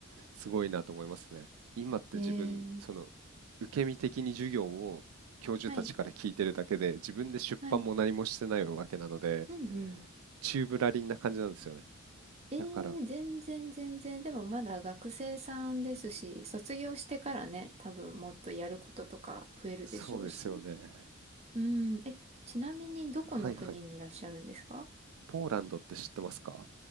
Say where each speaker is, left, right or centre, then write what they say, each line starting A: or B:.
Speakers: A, on the right; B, on the right.
A: すごいなと思いますね。今って自分、
B: えー、
A: その受け身的に授業を教授たちから聞いてるだけで、
B: はい、
A: 自分で出版も何もしてないわけなので、
B: はい。うんうん。
A: 宙ぶらりんな感じなんですよね。
B: えー、
A: だから、
B: 全然全然。でもまだ学生さんですし、卒業してからね、多分もっとやることとか増えるでしょうし。
A: そうですよね。
B: うん。え、ちなみにどこの国にいらっしゃるんですか
A: はいはい。ポーランドって知ってますか